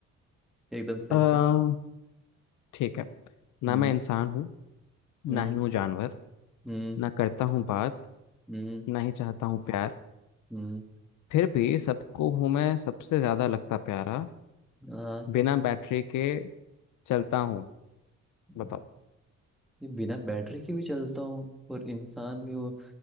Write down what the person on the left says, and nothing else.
आ,
ठीक है ना
मैं इंसान हूँ
ना ही हूँ जानवर
ना करता हूँ बात
ना ही चाहता हूँ प्यार
फिर भी सबको हूँ मैं सबसे ज्यादा लगता प्यारा
बिना बैटरी के चलता हूँ
बताओ